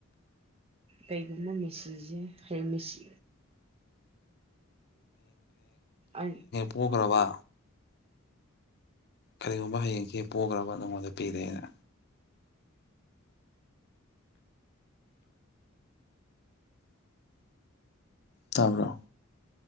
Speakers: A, on the right; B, on the left.
A: <unintelligible> ꯍꯌꯦꯁꯦ ꯑ
B: ꯑꯣꯈ꯭ꯔꯕ ꯀꯔꯤꯒꯨꯝꯕ ꯍꯌꯦꯡꯁ ꯄꯈ꯭ꯔꯕ ꯅꯪꯉꯣꯟꯗ ꯄꯤꯔꯦꯅ ꯇꯥꯕ꯭ꯔꯣ